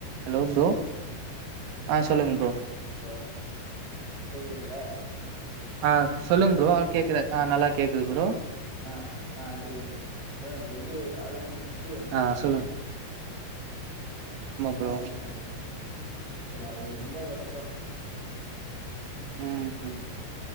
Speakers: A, on the right; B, on the right.
A: ஹலோ ப்ரோ ஆ சொல்லுங்க ப்ரோ
B: ஹலோ கேக்குதுங்ளா
A: ஆ சொல்லுங்க ப்ரோ ஆ கேக்குற ஆ நல்லா கேக்குது ப்ரோ
B: ஆ ஆ கேக்குது அதா இப்டி வந்து காலேஜ் முடிச்ட்டு
A: ஆ சொல்லுங்
B: ஆ
A: ப்ரோ
B: இது ஃப அது ரொம்ப கஷ்டொ
A: ம் ம்